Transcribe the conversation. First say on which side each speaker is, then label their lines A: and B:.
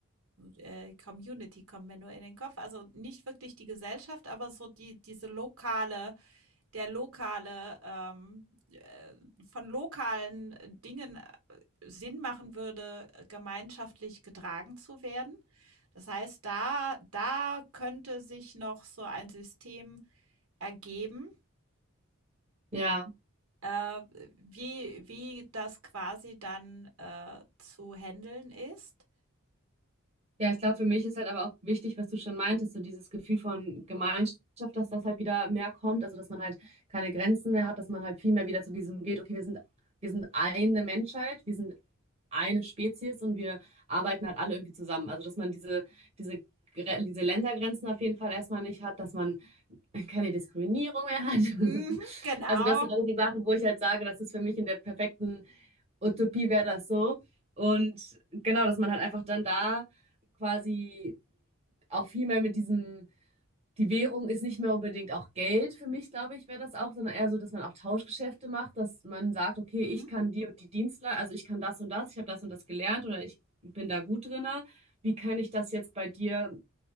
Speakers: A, on the right; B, on the right.
A: äh, Community kommen mir nur in den Kopf. Also nicht wirklich die Gesellschaft, aber so die, diese lokale, der lokale, ähm, äh, von lokalen Dingen äh, Sinn machen würde, gemeinschaftlich getragen zu werden. Das heißt, da, da könnte sich noch so ein System ergeben,
B: Ja.
A: äh, wie wie das quasi dann, äh, zu handeln ist?
B: Ja, ich glaube, für mich ist halt aber auch wichtig, was du schon meintest, so dieses Gefühl von Gemeinschaft, dass das halt wieder mehr kommt, also dass man halt keine Grenzen mehr hat, dass man halt viel mehr wieder zu diesem geht, okay, wir sind, wir sind eine Menschheit, wir sind eine Spezies und wir arbeiten halt alle irgendwie zusammen. Also dass man diese, diese, Gre- diese Ländergrenzen auf jeden Fall erstmal nicht hat, dass man keine Diskriminierung mehr hat. <laughs>
A: Mhm, genau.
B: Also das sind alles die Sachen, wo ich halt sage, das ist für mich in der perfekten Utopie wäre das so. Und genau, dass man halt einfach dann da quasi auch viel mehr mit diesem, die Währung ist nicht mehr unbedingt auch Geld für mich, glaube ich, wäre das auch, sondern eher so, dass man auch Tauschgeschäfte macht, dass man sagt, okay,
A: Mhm,
B: ich kann die und die Dienstleistung, also ich kann das und das, ich habe das und das gelernt oder ich bin da gut drinne. Wie kann ich das jetzt bei dir